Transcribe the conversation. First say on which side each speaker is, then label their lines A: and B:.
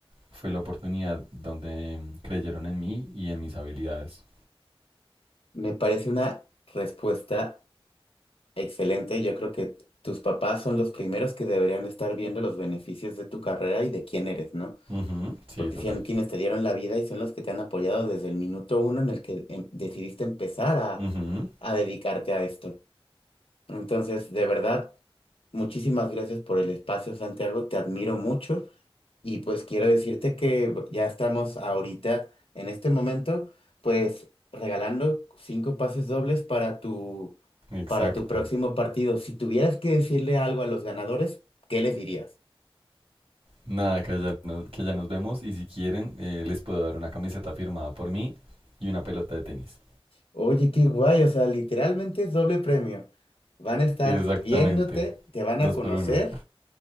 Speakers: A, on the right; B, on the left.
A: fue la oportunidad donde creyeron en mí y en mis habilidades.
B: Me parece una respuesta Excelente, yo creo que tus papás son los primeros que deberían estar viendo los beneficios de tu carrera y de quién eres, ¿no?
A: Ujú, sí,
B: Porque
A: total.
B: son quienes te dieron la vida y son los que te han apoyado desde el minuto uno en el que em, decidiste empezar a,
A: Ujú,
B: a dedicarte a esto. Entonces, de verdad, muchísimas gracias por el espacio, Santiago, te admiro mucho y pues quiero decirte que ya estamos ahorita, en este momento, pues regalando cinco pases dobles para tu,
A: exacto.
B: para tu próximo partido. Si tuvieras que decirle algo a los ganadores, ¿qué les dirías?
A: Nada, que ya nos, que ya nos vemos y si quieren eh, les puedo dar una camiseta firmada por mí y una pelota de tenis.
B: Oye, qué guay, o sea, literalmente es doble premio. Van a estar
A: Exactamente.
B: viéndote, te van
A: Dos
B: a conocer
A: por uno.